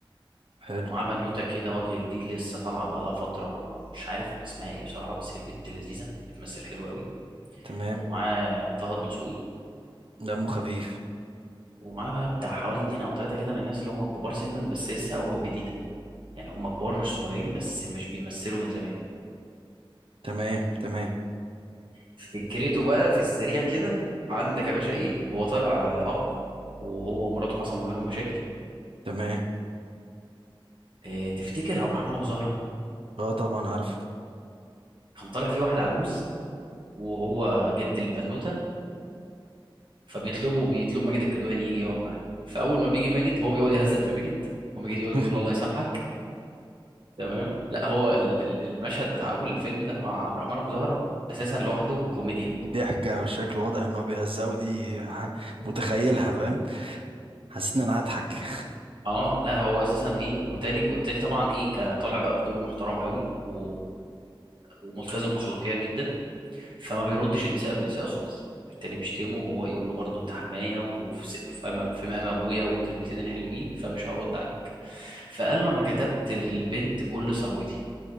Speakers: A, on the right (about 80°); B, on the right (about 60°).
A: حلو
B: ومعاه بنوته كده وجه جديد لسه طالعه بقالها فتره مش عارف اسمها ايه بصراحه بس هي البت لذيذه بتمثل حلو قوي
A: تمام
B: ومعاه طه الدسوقي
A: دمه خفيف
B: ومعاه بقى بتاع حوالي اتنين او تلاته كده من الناس اللي هم الكبار سنا بس لسه اوجه جديده يعني هم كبار مش
A: مم.
B: صغيرين بس مش بيمثلوا من زمان
A: تمام تمام
B: فكرته بقى في السريع كده عندك يا باشا ايه هو طالع آه، اب وهو ومراته حصل ما بينهم مشاكل
A: تمام
B: اه تفتكر عبد الرحمن ابو زهره
A: اه طبعا عارفه
B: كان طالع فيه واحد عجوز وهو جد البنوته فبيطلبه بيطلب ماجد الكدواني يجي يقعد معاه فاول ما بيجي ماجد هو بيقعد يهزق في ماجد وماجد
A: <laughs>
B: يقعد يقول له الله يسامحك تمام لا هو ال- ال- المشهد بتاع اول الفيلم ده مع عبد الرحمن ابو زهره اساسا لوحده كوميديا
A: ضحكة والشكل واضح ان هو بيهزقه دي ح-
B: مم.
A: متخيلها فاهم حسيت ان انا هضحك
B: اه لا هو اساسا ايه وتاني والتاني طبعا ايه كطالع بقى بدوره محترم قوي و... وملتزم اخلاقيا جدا فما بيردش الاساءه بالاساءه خالص التاني بيشتمه وهو يقول له برضه انت حمايه وفي س- وفي امام في مقام ابويا والكلمتين الحلوين فمش هرد عليك فقال له انا كتبت للبنت كل ثروتي